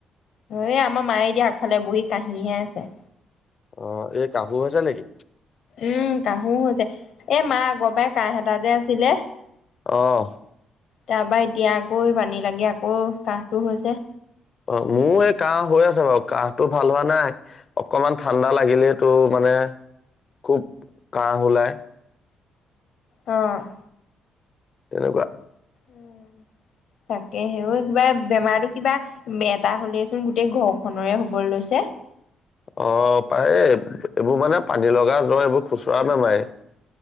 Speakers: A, on the left (about 65°); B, on the left (about 40°).
A: এ আমাৰ মায়ে দিয়া আগফালে বুহি কাঁহিহে আছে।
B: অ', এই কাঁহো আছা নেকি?
A: উম, কাঁহো হৈছে এ মা আগৰ পৰাাই কাঁহ এটা যে আছিলে।
B: অ'।
A: তাৰপা এতিয়া আকৌ পানী লাগে আকৌ কাঁহটো হৈছে।
B: অ', মোৰ এই কাঁহ হৈ আছে বাৰু কাহটো ভাল হোৱা নাই অকমান ঠাণ্ডা লাগিলেতো মানে খুব কাঁহ ওলাই।
A: অ'।
B: তেনেকুৱা
A: উম। তাকে সেইও কিবা বেমাৰটো কিবা এটা হ'লেচোন গোটেই ঘৰখনেৰে হ'ব লৈছ যে
B: অ', প এই এইবোৰ মানে পানী লগা জ্বৰ এইবোৰ খুচুৰা নে মায়